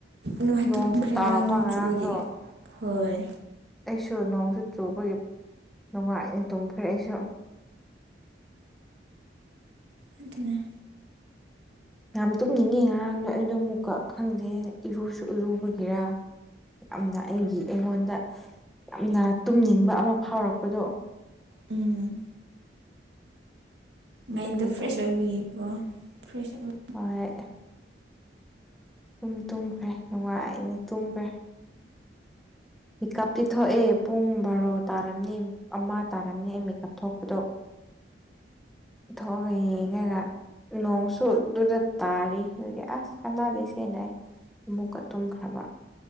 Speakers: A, on the right; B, in the centre.
A: ꯅꯨꯡꯉꯥꯏ
B: ꯅꯣꯡꯁꯨ
A: ꯇꯨꯝꯈ꯭ꯔꯦ
B: ꯇꯥꯕ
A: ꯉꯔꯥꯡ ꯅꯣꯡ
B: ꯉꯔꯥꯡꯗꯣ
A: ꯆꯨꯕꯒꯤ ꯍꯣꯏ
B: ꯑꯩꯁꯨ ꯅꯣꯡꯁꯨ ꯆꯨꯕꯒꯤ ꯅꯨꯡꯉꯥꯏꯅ ꯇꯨꯝꯈ꯭ꯔꯦ ꯑꯩꯁꯨ
A: ꯍꯇꯅꯦ
B: ꯌꯥꯝ ꯇꯨꯝꯅꯤꯡꯉꯦ ꯉꯔꯥꯡꯗꯣ ꯑꯩꯗꯣ ꯑꯃꯨꯛꯀꯛ ꯈꯪꯗꯦ ꯏꯔꯨꯁꯨ ꯏꯔꯨꯕꯒꯤꯔ ꯌꯥꯝꯅ ꯑꯩꯒꯤ ꯑꯩꯉꯣꯟꯗ ꯌꯥꯝꯅ ꯇꯨꯝꯅꯤꯡꯕ ꯑꯃ ꯐꯥꯎꯔꯛꯄꯗꯣ
A: ꯎꯝ
B: ꯑꯗꯨꯒꯤ
A: ꯃꯥꯏꯟꯗꯣ
B: ꯑꯗꯨꯝ
A: ꯐ꯭ꯔꯦꯁ ꯑꯣꯏꯕꯒꯤꯀꯣ ꯐ꯭ꯔꯦꯁ ꯑꯣꯏ
B: ꯍꯣꯏ ꯑꯗꯨꯝ ꯇꯨꯝꯈ꯭ꯔꯦ ꯅꯨꯡꯉꯥꯏꯅ ꯇꯨꯝꯈ꯭ꯔꯦ ꯃꯤꯠꯀꯞꯇꯤ ꯊꯣꯛꯑ ꯄꯨꯡ ꯕꯥꯔꯣꯗ ꯇꯥꯔꯝꯅꯤ ꯑꯃ ꯇꯥꯔꯝꯅꯤ ꯑꯩ ꯃꯤꯠꯀꯞ ꯊꯣꯛꯄꯗꯣ ꯊꯣꯛꯑꯒ ꯌꯦꯡꯉꯒ ꯅꯣꯡꯁꯨ ꯑꯗꯨꯗ ꯇꯥꯔꯤ ꯑꯗꯨꯗꯒꯤ ꯑꯁ ꯀꯥꯅꯗꯦ ꯊꯦꯡꯅꯥꯏ ꯑꯃꯨꯛꯀ ꯇꯨꯝꯈ꯭ꯔꯕ